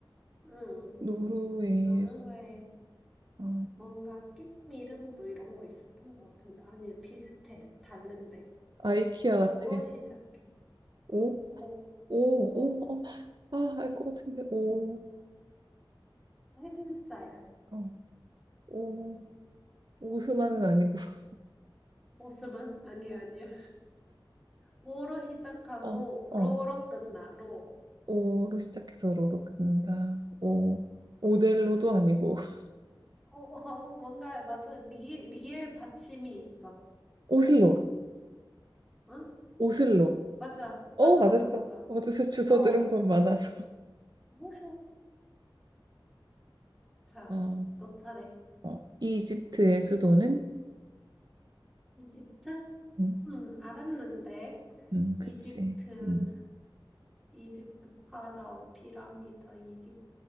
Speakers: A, in the centre; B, on the right.
A: 응,
B: 노르웨이의
A: 노르웨이,
B: 수- 어,
A: 뭔가 끼 이름도 이런 거 있었던 것 같은데. 아니, 비슷해. 다른데.
B: 아이키아 같아.
A: 오로 시작해.
B: 오,
A: 오,
B: 오,
A: 어,
B: 오. 어, 아, 알 것 같은데. 오.
A: 세 글자야.
B: 어. 오. 오스만은 아니고. <laughs>
A: 오스만? <laughs> 아니야, 아니야. 오로 시작하고,
B: 어. 어.
A: 로로 끝나, 로.
B: 오로 시작해서 로로 끝난다. 오. 오델로도 아니고. <laughs>
A: 어, 어, 뭔가, 맞아. 리, 리을 받침이 있어.
B: 오슬로.
A: 응?
B: 오슬로.
A: 맞아.
B: 어,
A: 맞아,
B: 맞았어.
A: 맞아, 맞아.
B: 어디서 주워
A: 어,
B: 들은 건 많아서.
A: 뭐? 자,
B: 아,
A: 너 차례.
B: 어, 이집트의 수도는
A: 이집트?
B: 음,
A: 음, 알았는데.
B: 음,
A: 이집트.
B: 그치. 음.
A: 이집트 파라오 피라미드 이집트